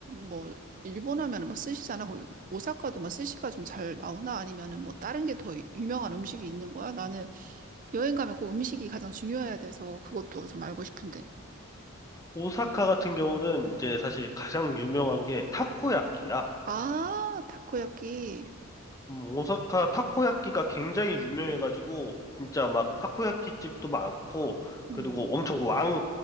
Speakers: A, on the right; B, on the left.
A: 뭐, 일본 하면은 뭐 스시잖아. 거기 오사카도 막 스시가 좀 잘 나오나? 아니면은 뭐 다른 게 더 유명한 음식이 있는 거야? 나는 여행 가면 꼭 음식이 가장 중요해야 돼서 그것도 좀 알고 싶은데.
B: 오사카 같은 경우는 이제 사실 가장 유명한 게 타코야끼야.
A: 아, 타코야키.
B: 음, 오사카 타코야끼가 굉장히 유명해가지고 진짜 막 타코야끼 집도 많고
A: 음,
B: 그리고 엄청 왕